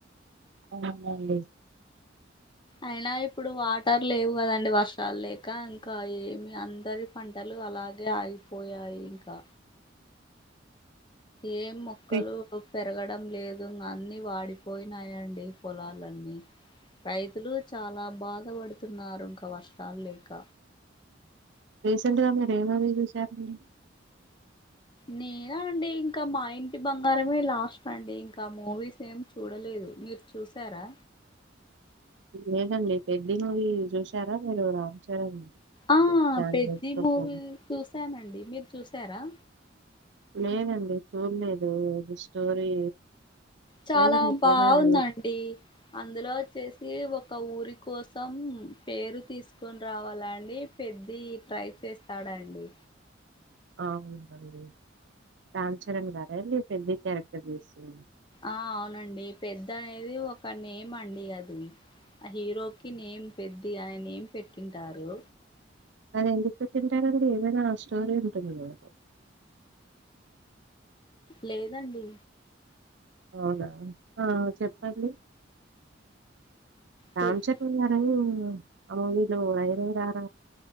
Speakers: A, on the right (about 70°); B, on the left (about 25°).
A: అవునాండి
B: అయినా ఇప్పుడు వాటర్ లేవు గదండి వర్షాలు లేక ఇంకా ఏమి అందరు పంటలు అలాగే ఆగిపోయాయి ఇంకా ఏం మొక్కలు
A: రీ-
B: ఇ పెరగడం లేదు అన్ని వాడిపోయినాయండి పొలాలన్నీ రైతులు చాలా బాధపడుతున్నారు ఇంకా వర్షాలు లేక
A: రీసెంట్ గా మీరు ఏ మూవీ చూసారండి
B: నేనా అండి ఇంకా మా ఇంటి బంగారమే లాస్ట్ అండి ఇంకా మూవీస్ ఏం చూడలేదు మీర్ చూసారా
A: లేదండి పెద్ది మూవీ చూసారా మీరు రామ్ చరణ్
B: ఆ
A: జాన్వీ
B: పెద్ది
A: కపూర్
B: మూవీ చూసానండి మీరు చూసారా
A: లేదండి చూడలేదు ఇది స్టోరీ స్టోరీ
B: చాలా
A: మీకేమైనా
B: బాగుందండి అందులో వచ్చేసి ఒక ఊరి కోసం పేరు తీసుకొని రావాలని పెద్ది ట్రై చేస్తాడండి
A: అవునండి రామ్ చరణ్ గారేండి పెద్ది క్యారెక్టర్ తీసి
B: ఆ అవునండి పెద్ది అనేది ఒక నేమ్ అండి అది ఆ హీరో కి నేమ్ పెద్ది ఆ నేమ్ పెట్టి ఉంటారు
A: అది ఎందుకు పెట్టి ఉంటారండి ఏవైనా ఆ స్టోరీ ఉంటుంది గదా
B: లేదండి
A: అవునా ఆ చెప్పండి రాంచరణ్
B: పెద్
A: తిన్నారా ఏంది ఊరురా ఐరిరార